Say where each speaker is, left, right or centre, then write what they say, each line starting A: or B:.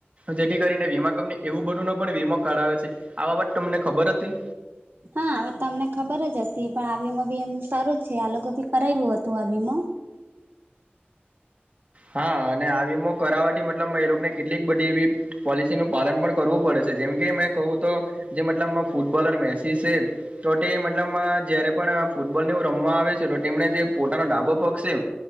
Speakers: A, on the right (about 35°); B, on the right (about 60°).
A: જેથી કરીને વીમા કંપની એવું બધું ન પણ વીમો કઢાવે છે આ બાબત તમને ખબર હતી.
B: હા હવે તમને ખબર જ હતી પણ આ વીમો બી એમનું સારું જ છે આ લોકો બી કરાવ્યું હતું આ વીમો.
A: હા અને આમો કરાવવાથી મતલબ એ લોકોને કેટલીક બધી એવી. પોલિસી નનું પાલન પણ કરવું પડે છે જેમ કે મેં કહું તો જે મતલબ ફૂટબોલર મેસી છે. તો તે મતલબ જયારે પણ ફૂટબોલને રમવા આવે છે તો તેમને જે પોતાનો ડાબો પગ છે.